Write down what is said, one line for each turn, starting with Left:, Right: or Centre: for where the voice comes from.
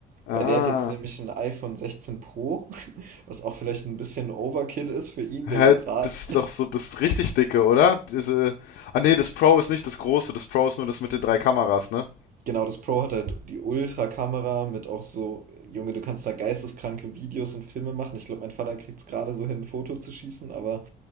Left: Ah.
Right: Weil der hat jetzt nämlich ein iPhone 16 Pro, <laughs> was auch vielleicht ein bisschen Overkill ist für ihn,
Left: Hä,
Right: der so gerade
Left: das ist doch so das richtig dicke, oder? Diese. Ah nee, das Pro ist nicht das große, das Pro ist nur das mit den drei Kameras, ne?
Right: Genau, das Pro hat halt die Ultra-Kamera mit auch so, Junge, du kannst da geisteskranke Videos und Filme machen. Ich glaube, mein Vater kriegt es gerade so hin, ein Foto zu schießen, aber